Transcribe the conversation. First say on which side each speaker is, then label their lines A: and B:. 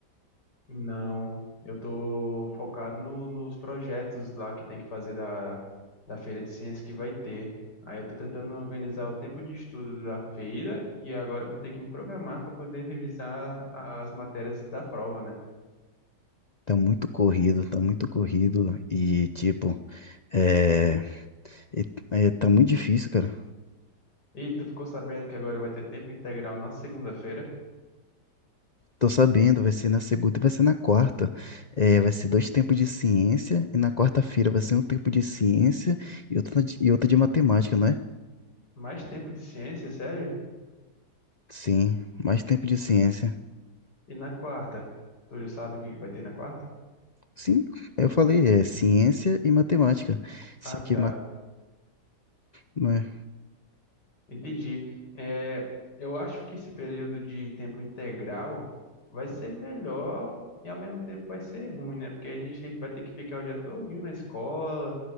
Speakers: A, on the left (about 75°); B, on the left (about 55°).
A: Não, eu tô focado no- nos projetos lá que tem que fazer da, da feira de ciência que vai ter. Aí eu tô tentando organizar o tempo de estudo da feira e agora eu vou ter que me programar para poder revisar as matérias da prova, né?
B: Tá muito corrido, tá muito corrido e tipo, é, e- é, tá muito difícil, cara.
A: E tu ficou sabendo que agora vai ter tempo integral na segunda-feira?
B: Tô sabendo, vai ser na segunda e vai ser na quarta. É, vai ser dois tempos de ciência e na quarta-feira vai ser um tempo de ciência e outra de, e outra de matemática, não é?
A: Mais tempo de ciência, sério?
B: Sim, mais tempo de ciência.
A: E na quarta? Tu já sabe o que vai ter na quarta?
B: Sim, eu falei, é ciência e matemática. Só
A: Ah, tá.
B: que ma- ma-
A: Entendi. É, eu acho que esse período de tempo integral vai ser melhor e ao mesmo tempo vai ser ruim, né? Porque a gente vai ter que ficar o dia todinho na escola,